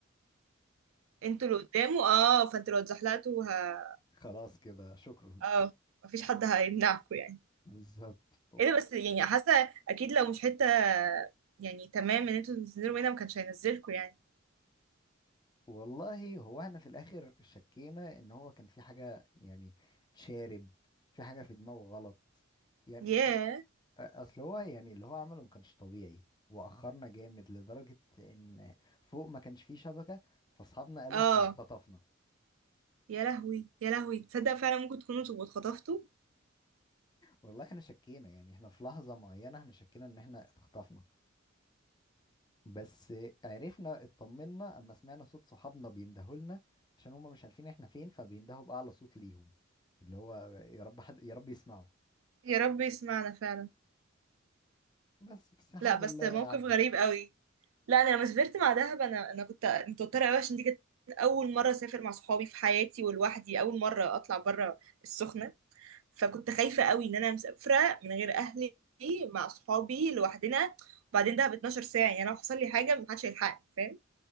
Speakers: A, on the right (about 80°); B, on the left (about 20°).
A: انتوا اللي قدامه اه فانتوا لو اتزحلقتوا ه...
B: فخلاص كده شكرا
A: اه مفيش حد هيمنعكوا يعني
B: بالظبط
A: ايه ده بس يعني حاسه اكيد لو مش حته يعني تمام ان انتوا تنزلوا هنا ما كانش هينزلكوا يعني
B: والله هو احنا في الاخر شكينا ان هو كان في حاجة يعني شارب في حاجة في دماغه غلط يعني
A: ياه
B: انه اصل هو يعني اللي هو عمله ما كانش طبيعي واخرنا جامد لدرجة ان فوق ما كانش فيه شبكة فاصحابنا قالوا
A: اه
B: احنا اتخطفنا
A: يا لهوي يا لهوي تصدق فعلا ممكن تكونوا تبقوا اتخطفتوا
B: والله احنا شكينا يعني احنا في لحظة معينة احنا شكينا ان احنا اتخطفنا بس عرفنا اطمنا اما سمعنا صوت صحابنا بيندهوا لنا عشان هما مش عارفين احنا فين فبيندهوا بأعلى صوت ليهم اللي هو يا رب حد يا رب يسمعوا
A: يا رب يسمعنا فعلا
B: بس بس الحمد
A: لا بس
B: لله
A: موقف
B: عدت
A: غريب قوي لا انا لما سافرت مع دهب انا انا كنت متوتره قوي عشان دي كانت اول مره اسافر مع صحابي في حياتي ولوحدي اول مره اطلع بره السخنه فكنت خايفه قوي ان انا مسافره من غير اهلي مع صحابي لوحدنا وبعدين دهب 12 ساعه يعني لو حصل لي حاجه محدش هيلحقني فاهم